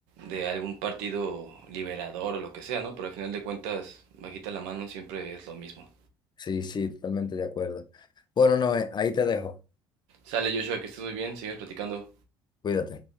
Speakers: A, on the right; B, on the left.
A: de algún partido liberador o lo que sea, ¿no? Pero al final de cuentas, bajita la mano, siempre es lo mismo.
B: Sí, sí, totalmente de acuerdo. Bueno, no ahí te dejo.
A: Sale Joshua, que estés muy bien, sigues platicando.
B: Cuídate.